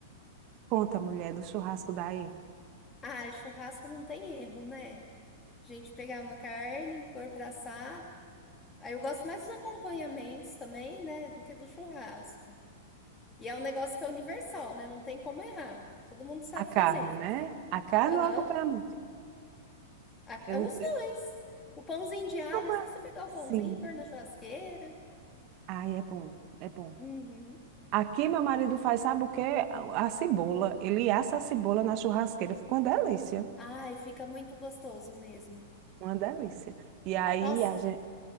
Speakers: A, on the right (about 45°); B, on the left (about 20°).
A: Conta, mulher, do churrasco daí.
B: Ah, churrasco não tem erro, né? A gente pegar uma carne, pôr pra assar. Aí eu gosto mais dos acompanhamentos também, né? Do que do churrasco. E é um negócio que é universal, né? Não tem como errar. Todo mundo sabe
A: A carne,
B: fazer.
A: né? A carne
B: Aham.
A: ou o acompanhamento?
B: A-
A: Eu,
B: É os dois.
A: eu
B: O pãozinho de alho,
A: acompanho.
B: é só você pegar
A: Sim.
B: o pãozinho e pôr na churrasqueira.
A: Ai, é bom, é bom.
B: Uhum.
A: Aqui meu marido faz, sabe o quê? A, a cebola. Ele assa a cebola na churrasqueira. Fica uma delícia.
B: Ai, fica muito gostoso mesmo.
A: Uma delícia. E aí,
B: Nossa,
A: a gente...